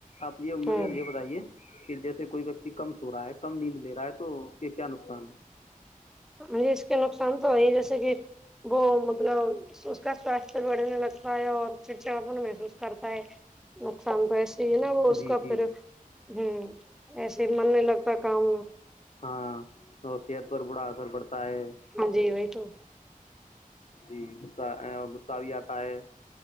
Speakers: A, on the left (about 50°); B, in the centre.
A: آپ یہ عمور
B: ہاں
A: اور یہ بتائیے کہ جیسے کوئی ویکتی کم سو رہا ہے کم نیند لے رہا ہے تو اس کے کیا نقصان ہے
B: ہاں ج اس کے نقصان تو ہے جیسے کہ وہ مطلب اس کا سواستھ بڑھنے لگ اور چڑچڑاپن محسوس کرتا ہے نقصان تو ایسے ہی ہے نا
A: ہیں
B: وہ اس
A: جی
B: کا
A: جی
B: پھر ہوں ایسے من نہیں لگتا کام
A: ہاں نصیت پر برا اثر پڑتا ہے
B: ہاں جی بی تو
A: جی غصہ بھی آتا ہے